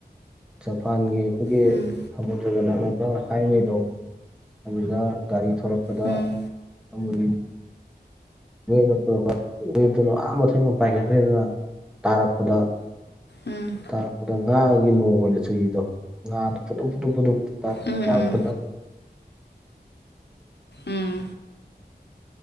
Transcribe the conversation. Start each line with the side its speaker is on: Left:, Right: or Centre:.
Centre: ꯖꯄꯥꯟꯒꯤ ꯑꯩꯈꯣꯏꯒꯤ
Left: ꯎꯝ
Centre: ꯁꯃꯨꯗ꯭ꯔꯒ ꯅꯛꯅꯕ ꯍꯥꯏꯋꯦꯗꯣ ꯑꯗꯨꯒ ꯒꯥꯔꯤ ꯊꯣꯔꯛꯄꯗ
Left: ꯎꯝ
Centre: ꯑꯃ <unintelligible> ꯋꯦꯅ ꯄꯨꯔꯛꯄ ꯋꯦꯠꯇꯅ ꯑꯍꯥꯟꯕ ꯊꯦꯡꯅ ꯄꯥꯏꯈꯠꯈ꯭ꯔꯦꯗꯅ ꯇꯥꯔꯛꯄꯗ
Left: ꯎꯝ
Centre: ꯇꯥꯄꯗ ꯉꯥꯒꯤ ꯅꯣꯡ ꯑꯣꯏꯅ ꯆꯨꯏꯑꯗꯣ ꯉꯥꯗ ꯐꯨꯇꯣꯛ ꯐꯨꯇꯣꯛ ꯐꯨꯛ ꯇꯥꯔꯛ
Left: ꯎꯝ
Centre: ꯃꯌꯥꯝ
Left: ꯎꯝ
Centre: ꯈꯨꯟꯅꯕꯗꯣ
Left: ꯎꯝ